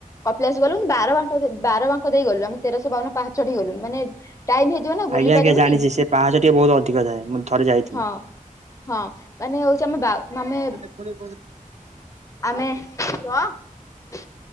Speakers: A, on the left (about 20°); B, on the right (about 55°).
A: କପିଳାସ ଗଲୁ ବାରବାଙ୍କ ବାର ବାଙ୍କ ଦେଇଗଲୁ ଆମେ ତେରଶହ ବାଉନ ପାହାଁଞ୍ଚ ଚଢିକି ଗଲୁନୁ ମାନେ ଟାଇମ ହେଇଯିବ ନା। ବୁଲି
B: ଆଜ୍ଞା
A: ପାରିବୁନି
B: ଆଜ୍ଞା ଜାଣିଛି ସେ ପାହାଚ ଟିକେ ବହୁତ ଅଧିକ ଥାଏ ମୁଁ ଥରେ ଯାଇଥିଲି।
A: ହଁ ହଁ ମାନେ ହଉଛି ଆମେ ବା ମାନେ
B: <unintelligible>
A: ଆମେ ରହ